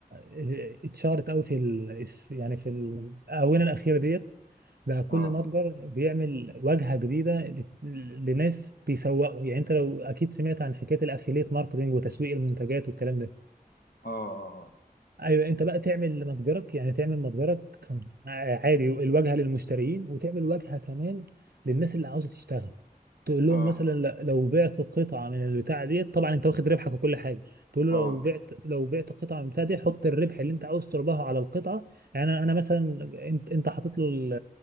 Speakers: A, on the right; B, on the left.
A: آه، اتشهرت أوي في ال... يعني في الآونة الأخيرة ديت بقى كل
B: اه
A: متجر بيعمل واجهة جديدة ل... لناس بيسوقوا يعني أنت لو أكيد سمعت عن حكاية الأفيليت ماركتينج وتسويق المنتجات والكلام ده
B: اه
A: ايوه انت بقى تعمل متجرك يعني تعمل متجرك كان عادي الواجهه للمشترين وتعمل واجهه كمان للناس اللي عاوزه تشتغل تقول لهم
B: اه
A: مثلا ل- لو بعت قطعه من البتاعه ديت طبعا انت واخد ربحك وكل حاجه تقول له
B: اه
A: لو بعت لو بعت قطعه من البتاعه دي حط الربح اللي انت عاوز تربحه على القطعه يعني انا أنا مثلا انت انت حاطط له ال-